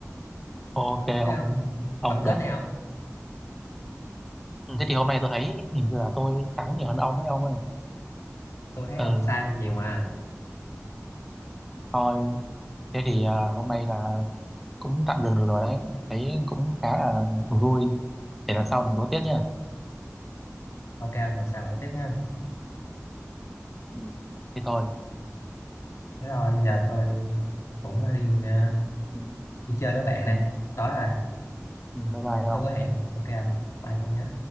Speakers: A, in the centre; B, on the left.
A: Ok,
B: thế
A: ông,
B: ông
A: ông
B: tổng kết
A: được.
B: đi ông
A: Ừ, Thế thì hôm nay tôi thấy hình như là tôi thắng nhiều hơn ông ấy ông ơi.
B: tôi thấy
A: Ừ,
B: ông sai nhiều mà
A: thôi. Thế thì à, hôm nay là cũng tạm dừng được rồi đấy thấy cũng khá là vui để lần sau mình đố tiếp nha
B: ok ông lần sao? đấu tiếp nha
A: ừ. thế thôi
B: thế thôi giờ tôi cũng đi ờ,
A: ừ.
B: đi chơi với bạn
A: ừ.
B: đây tối rồi
A: Ừ, bye bye không
B: tôi có hẹn ok không bye ông nhé